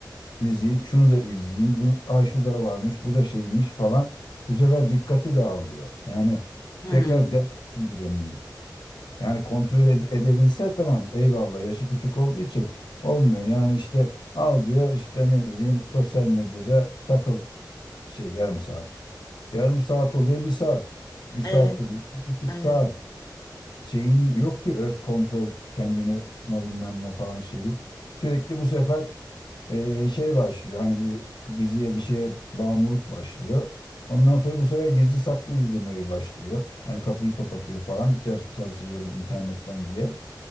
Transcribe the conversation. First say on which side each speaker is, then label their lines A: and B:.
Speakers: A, on the left (about 75°); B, on the left (about 50°).
A: Diziyi şunu da izleyeyim. Bunu, Aa, şu da varmış, bu da şeymiş falan. Bu sefer dikkati dağılıyor. Yani
B: Hmm.
A: tekrar devam edemiyor. Yani kontrol ed- edebilse tamam eyvallah yaşı küçük olduğu için olmuyor. Yani işte al diyor işte ne bileyim sosyal medyada takıl şey yarım saat. Yarım saat oluyor bir saat. Bir saat
B: Evet,
A: oluyor bir buçuk
B: evet.
A: saat. Şeyin yok ki öz kontrol kendini tutma bilmem ne falan şeyi. Sürekli bu sefer e, şey başlıyor. Hani bir diziye bir şeye bağımlılık başlıyor. Ondan sonra bu sefer gizli saklı izlemeye başlıyor. Hani kapıyı kapatıyor falan. "Çar- Çalışıyorum internetten diye.